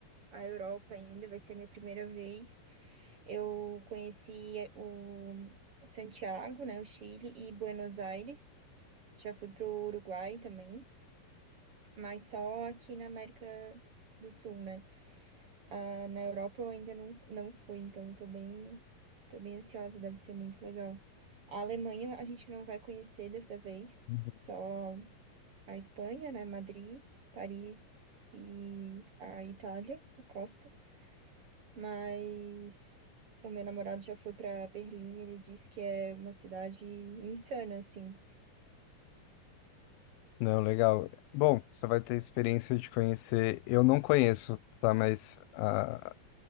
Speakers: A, on the right (about 60°); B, on the left (about 90°).
A: a Europa ainda, vai ser a minha primeira vez. Eu conheci eh, o Santiago, né, o Chile, e Buenos Aires. Já fui pro Uruguai também, mas só aqui na América do Sul, né? Ah, na Europa eu ainda não, não fui, então tô bem, tô bem ansiosa, deve ser muito legal. A Alemanha a gente não vai conhecer dessa vez,
B: Uhum.
A: só a Espanha, né? Madrid, Paris e a Itália, a costa. Mas o meu namorado já foi para Berlim, ele disse que é uma cidade insana, assim.
B: Não, legal. Bom, você vai ter a experiência de conhecer. Eu não conheço, tá? Mas a,